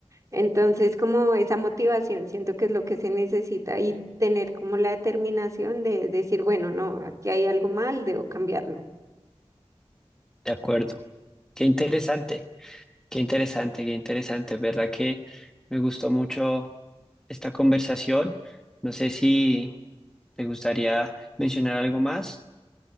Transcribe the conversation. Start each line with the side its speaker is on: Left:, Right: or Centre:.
Right: Entonces, como esa motivación, siento que es lo que se necesita y tener como la determinación de decir, bueno, no, aquí hay algo mal, debo cambiarlo.
Centre: De acuerdo. Qué interesante, qué interesante, qué interesante. ¿Verdad que me gustó mucho esta conversación? No sé si te gustaría mencionar algo más.